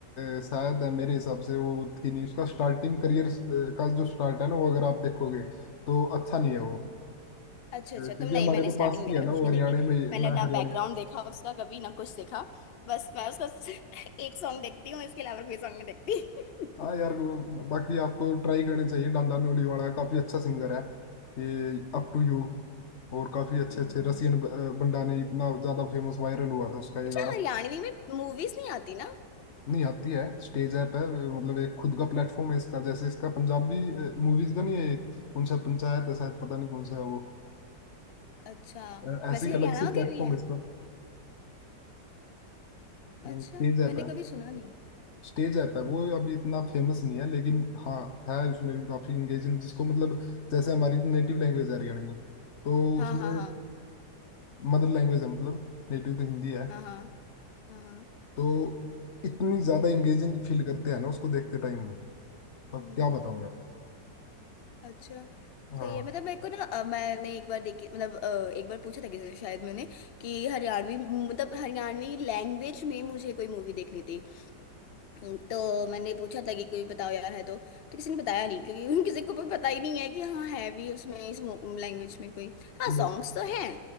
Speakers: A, on the left; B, on the left.
A: अ, शायद अ, मेरे हिसाब से वो थी नहीं उसका स्टार्टिंग करियर का जो स्टार्ट है ना वो अगर आप देखोगे तो अच्छा नहीं है वो अ,
B: अच्छा अच्छा
A: क्योंकि
B: तुम नहीं
A: हमारे
B: मैंने
A: तो
B: स्टार्टिंग
A: पास
B: वगैरह
A: की है ना
B: कुछ
A: वो
B: नहीं
A: हरियाणा
B: देखी
A: में
B: मैंने
A: मैं
B: ना
A: हरियाणा
B: बैकग्राउंड देखा उसका कभी ना कुछ देखा बस मैं उसका <laughs> एक सॉन्ग देखती हूँ इसके अलावा कोई सॉन्ग नहीं देखती
A: हाँ यार वो- बाकी आपको ट्राई करने चाहिए डांडा न्यूली वाला काफी अच्छा सिंगर है ये अप टू यू और काफी
B: <laughs>
A: अच्छे
B: हम्म
A: अच्छे रसियन ब- अ, बंडा ने इतना ज्यादा फेमस वायरल हुआ था उसका ये
B: अच्छा
A: गाना
B: हरियाणवी में मूवीज नहीं आती ना
A: नहीं आती है स्टेज ऐप है मतलब एक खुद का प्लेटफॉर्म है इसका जैसे इसका पंजाबी मूवीज का नहीं है एक कौन सा पंचायत है शायद पता नहीं कौन सा है वो
B: अच्छा
A: अ, ऐसे
B: वैसे
A: ही
B: हरियाणा
A: अलग से प्लेटफॉर्म
B: का भी है
A: है इसका स्टेज
B: अच्छा मैंने
A: ऐप है
B: कभी सुना नहीं
A: स्टेज ऐप है वो अभी इतना फेमस नहीं है लेकिन हाँ है उसमें भी काफी इंगेजिंग जिसको मतलब जैसे हमारी नेटिव लैंग्वेज है हरियाणवी तो
B: हाँ
A: उसमें
B: हाँ हाँ
A: मदर लैंग्वेज है मतलब नेटिव तो हिंदी है
B: हाँ हाँ हाँ हाँ
A: तो इतनी ज्यादा इंगेजिंग फील करते हैं ना उसको देखते टाइम अब
B: हम्म,
A: क्या बताऊं यार
B: अच्छा
A: हाँ
B: सही है मतलब मेरे को ना अ, मैंने एक बार देखी मतलब अ, एक बार पूछा था किसी से शायद मैंने कि हरियाणवी मतलब हरियाणवी लैंग्वेज में मुझे कोई मूवी देखनी थी हम्म, तो मैंने पूछा था कि कोई बताओ यार है तो तो किसी ने बताया नहीं क्योंकि उन किसी को भी पता ही नहीं है कि हाँ है भी उसमें इस लैंग्वेज में कोई हाँ
A: लो-
B: सॉन्ग्स तो हैं